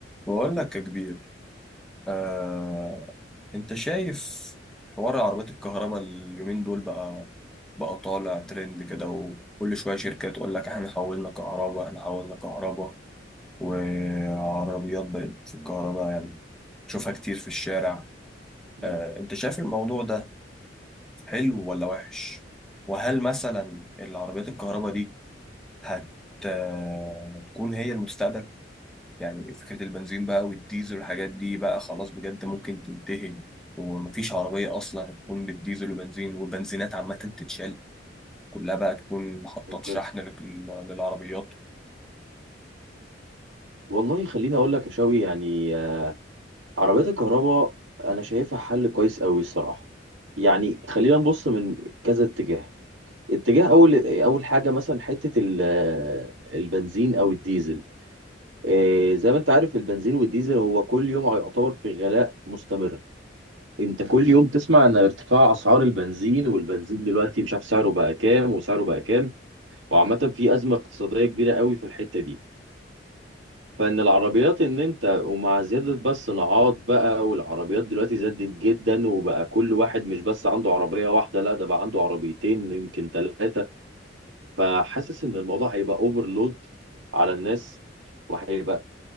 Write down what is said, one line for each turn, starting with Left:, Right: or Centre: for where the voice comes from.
Centre: بقول لك يا كبير آه، انت شايف حوار عربيات الكهرباء اليومين دول بقى بقى طالع ترند كده وكل شوية شركة تقول لك احنا حولنا كهرباء احنا حولنا كهرباء وعربيات بقت في الكهرباء يعني تشوفها كتير في الشارع
Right: مم.
Centre: آه، انت شايف الموضوع
Right: مم.
Centre: ده حلو ولا وحش وهل مثلا العربيات الكهرباء دي هت آه، تكون هي المستقبل يعني فكرة البنزين بقى والديزل والحاجات دي بقى خلاص بجد ممكن تنتهي ومفيش عربية أصلا هتكون بالديزل وبنزين والبنزينات عامة تتشال كلها بقى تكون محطة
Right: اوكي
Centre: شحن لل- للعربيات
Right: والله خليني اقول لك يا شوي يعني آه، عربيات الكهرباء انا شايفها حل كويس قوي الصراحه يعني خلينا نبص من كذا اتجاه اتجاه اول اول حاجه مثلا حته ال- آه، البنزين او الديزل آه، زي ما انت عارف البنزين والديزل هو كل يوم يعتبر في غلاء مستمر انت كل يوم تسمع ان ارتفاع اسعار البنزين والبنزين دلوقتي مش عارف سعره بقى كام وسعره بقى كام وعامه في ازمه اقتصاديه كبيره قوي في الحته دي فان العربيات ان انت ومع زياده بقى الصناعات بقى والعربيات دلوقتي زادت جدا وبقى كل واحد مش بس عنده عربيه واحده لا ده بقى عنده عربيتين يمكن ثلاثه فحاسس ان الموضوع هيبقى اوفرلود على الناس وهيبقى